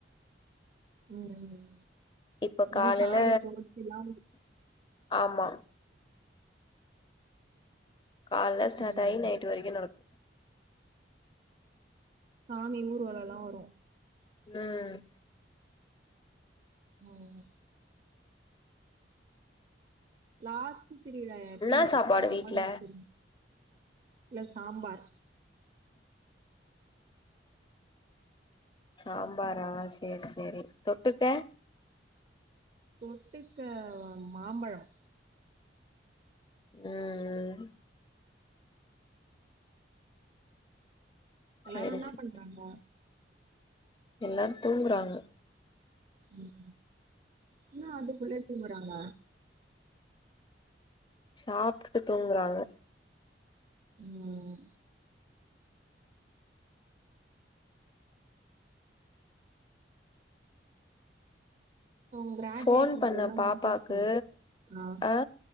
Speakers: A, on the right; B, on the left.
A: ம்
B: இப்ப
A: எப்டி
B: காலையில
A: சாமி கும்ட்டியா
B: ஆமா கால்ல ஸாட்டாயி
A: ம்
B: நைட்டு வரைக்கு நடக்கு
A: சாமி ஊர்வலலா வரு
B: ம்
A: ம் லாஸ்ட் திருவிழா எப்டி
B: என்னா
A: நடக்கு
B: சாப்பாடு
A: அது
B: வீட்ல
A: மட்டு இல்ல சாம்பார்
B: சாம்பாரா சேர் சேரி தொட்டுக்க
A: தொட்டுக்க மாம்பழம்
B: ம்ம்
A: எல்லாரு
B: சேரி
A: என்ன
B: சேரி
A: பண்றாங்க
B: எல்லாரு தூங்குறாங்க
A: ம் என்ன அதுக்குள்ளே தூங்குறாங்க
B: சாப்டுட்டு தூங்குறாங்க
A: ம் உங்க கிராஜுவேஷன்
B: ஃபோன் பண்ணே
A: டேலா
B: பாப்பாக்கு
A: முடிஞ்சிருச்சு ஆ
B: அ